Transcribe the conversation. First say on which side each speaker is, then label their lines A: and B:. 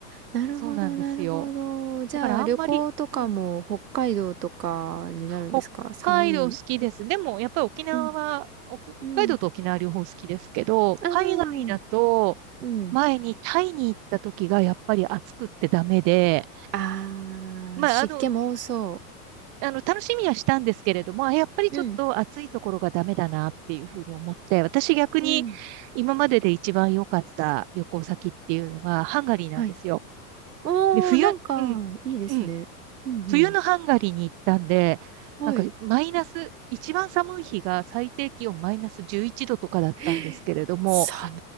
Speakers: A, on the right (about 80°); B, on the right (about 50°).
A: なるほど、
B: そうなんですよ。
A: なるほど。じゃあ、
B: だからあんまり、
A: 旅行とかも北海道とかになるんですか寒い。
B: うん北海道好きです。でも、やっぱり沖縄は、
A: うん、
B: お北海道と沖縄両方好きですけど、
A: うん。あー
B: 海外だと、
A: うん。
B: 前にタイに行った時がやっぱり暑くってダメで、
A: あ
B: まあ、
A: ー湿気も多そ
B: あの、うん、あの、楽しみはしたんですけれども、あやっぱりちょっと暑いところがダメだなっていうふうに思って、
A: う。うん、
B: 私逆に今までで一番良かった旅行先っていうのがハンガリーなんですよ。
A: うん。はい。おー、
B: で、冬、
A: なんか、
B: うん、
A: いいですね。
B: うん。
A: うん、
B: 冬のハンガリーに行ったんで、
A: うん。
B: なんかマイナス、
A: はい。
B: 一番寒い日が最低気温マイナス11度とかだったんですけれども、
A: <gasps> 寒